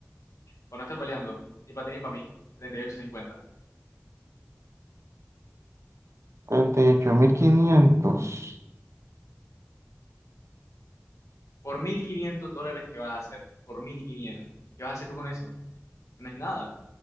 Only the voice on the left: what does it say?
Pano está peleando. Ni para ti ni para mí. treinta y ocho cincuenta,
Por 1.500 dólares, ¿qué vas a hacer? Por 1.500, ¿Qué vas a hacer tú con eso? Eso no es nada.